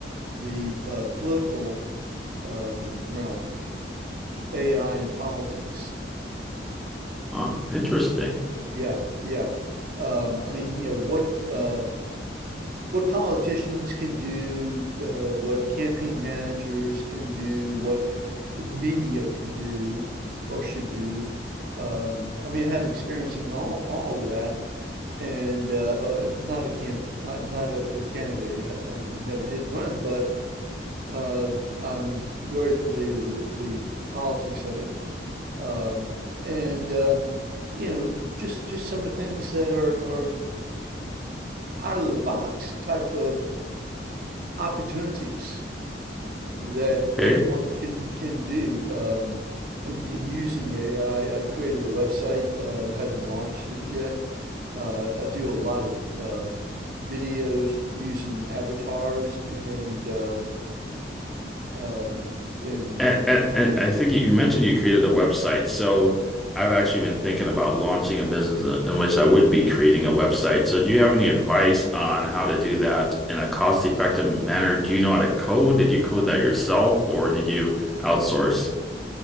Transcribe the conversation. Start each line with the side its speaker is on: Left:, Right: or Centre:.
Right: the uh, political um, realm, AI and politics.
Centre: Huh. Interesting.
Right: Yeah, yeah. Um, I mean, you know, what uh, what politicians can do, uh, what campaign managers can do, what media can do or should do. Um, I mean, I have experience in all all of that, and uh, uh, not a camp, uh, not a, a candidate. I, I I never did run, but uh, I'm very familiar with the politics of it. Um, and um, you know, just just some of the things that are are out of the box type of opportunities that that
Centre: Okay.
Right: one can can do. Um, in in using AI, I I created a website, uh, haven't launched it yet. Uh, I do a lot of uh, videos using avatars and uh, uh, and
Centre: And, and, and I think you you mentioned you created a website. So I've actually been thinking about launching a business in in which I would be creating a website. So do you have any advice on how to do that in a cost-effective manner? Do you know how to code? Did you code that yourself or did you outsource?